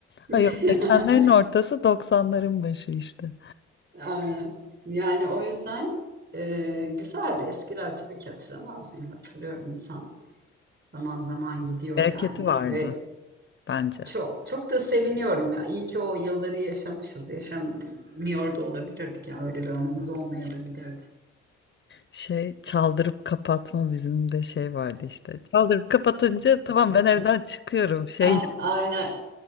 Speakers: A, on the right; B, on the left.
A: <laughs>
B: Ha yok 80'lerin ortası 90'ların başı işte.
A: Aynen. Yani o yüzden e, güzeldi. Eskiler tabii ki hatırlamaz mı? Hatırlıyorum insan. Zaman zaman gidiyor
B: Bereketi
A: yani
B: vardı
A: ve
B: bence.
A: çok çok da seviniyorum ya. İyi ki o yılları yaşamışız. Yaşamıyor da olabilirdik ya. Öyle bir anımız olmayabilirdi.
B: Şey çaldırıp kapatma bizim de şey vardı işte. Çaldırıp kapatınca tamam ben evden çıkıyorum. Şey
A: Aynen, aynen,